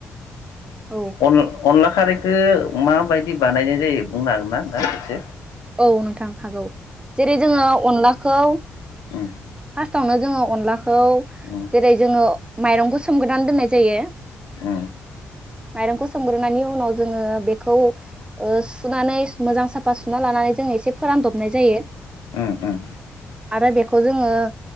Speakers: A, on the right (about 15°); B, on the left (about 70°).
A: औ
B: अन-अनलाखारै खो माबायदि बानायनाय जायो बुंनो हागोन ना होना नोंथां एसे
A: औ नोंथां हागौ जेरै जोङो अनला खौ
B: ओ
A: फास्टावनो जोङो अनला खौ
B: उम
A: जेरै जोङो माइरंखौ सोमगोरनानै दोननाय जायो
B: ओ
A: माइरंखौ सोमग्रोनायनि उनाव जोङो बेखौ ओ सुनानै मोजां साफा सुना लानानै जोङो से फोरानदबनाय जायो
B: उम उम
A: आरो बे जोङो